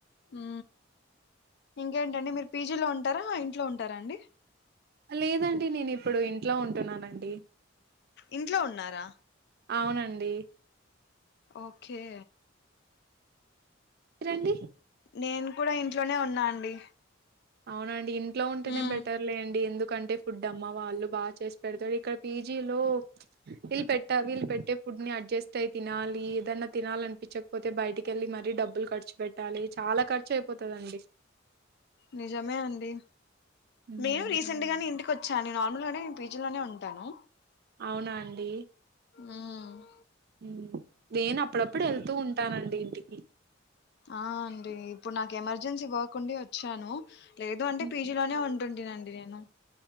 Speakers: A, on the left; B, on the right.
A: ఉ ఇంకేంటండి మీరు పీజీలో ఉంటారా ఇంట్లో ఉంటారా అండి
B: లేదండి నేను ఇప్పుడు ఇంట్లో ఉంటున్నానండి
A: ఇంట్లో ఉన్నారా
B: అవునండి
A: ఒకే
B: మీరండి
A: నేను కూడా ఇంట్లోనే ఉన్నా అండి
B: అవునండి ఇంట్లో ఉంటేనే
A: ఉమ్
B: బెటర్ లెండి ఎందుకంటే కంటే ఫుడ్ అమ్మ వాళ్ళు బాగా చేసి పెడతారు ఇక్కడ పీజీలో వీల్ పెట్టా వీళ్ళు పెట్టే ఫుడ్ ని అడ్జస్ట్ అయి తినాలి ఏదన్నా తినాలి అనిపించకపోతే బయటికి వెళ్లి మరీ డబ్బులు ఖర్చు పెట్ ట్టాలి చాలా ఖర్చు అయిపోతదండి
A: నిజమే అండి
B: హ్మ్
A: మేము రీసెంట్ గానే ఇంటి కోచ్చాను నెన్ నార్మల్ గానే పీజీ లోనే ఉంటాను
B: అవునా అండి
A: ఊ మ్
B: ఉమ్. నేను అప్పుడప్పుడు వెళ్తూ ఉంటానండి ఇంటికి
A: ఆ అండి ఇప్పుడు నాకు ఎమర్జెన్సీ వర్క్ ఉండి వచ్చాను లేదు అంటే
B: ఉమ్,
A: పీజీలోనే ఉంటుంటినండి నేను